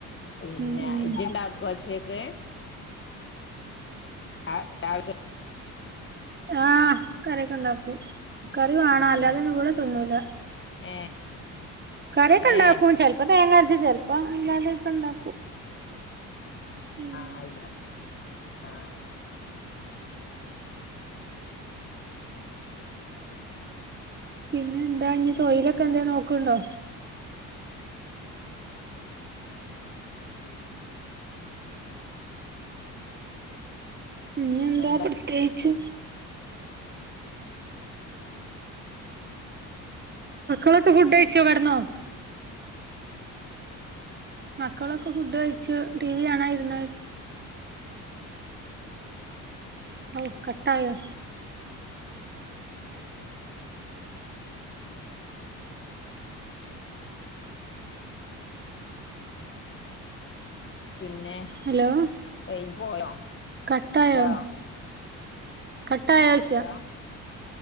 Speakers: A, on the left; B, on the right.
A: പിന്നെ
B: ഉം ഉം
A: ഇജ്ടാക്കോ ഉച്ചേക്ക് ആഹ് <unintelligible>
B: ആഹ് കറിക്കെ ഉണ്ടാക്കും കറി വേണം
A: പിന്നെ
B: അല്ലാതെ ഒന്നും ഇവൾ തിന്നൂല
A: ഏഹ്
B: കറിഒക്കെ ഉണ്ടാക്കും
A: ഏഹ്
B: ചെലപ്പോ തേങ്ങ അരച്ച ചെലപ്പോ അല്ലാതെ ഒക്കെ ഉണ്ടാക്കും ഉം
A: ആഹ് അയിഷ ആഹ്
B: പിന്നെ എന്താ ഇഞ്ഞ് തൊഴിലൊക്കെ
A: പിന്നെ
B: എന്തെലും നോക്ക്ണ്ടോ പിന്നെന്താ
A: പിന്നെന്താണ്
B: പ്രത്യേകിച്ച് മക്കളൊക്കെ ഫുഡ് കഴിച്ചോ കടന്നോ മക്കളൊക്കെ ഫുഡ് കഴിച്ചു ടി വി കാണാൻ ഇരുന്നു ഓ കട്ടായോ
A: പിന്നെ
B: ഹലോ
A: റേഞ്ച് പോയോ
B: കട്ടായോ
A: ഹലോ
B: കട്ടായോ
A: ഹലോ
B: ചോയ്ച്ച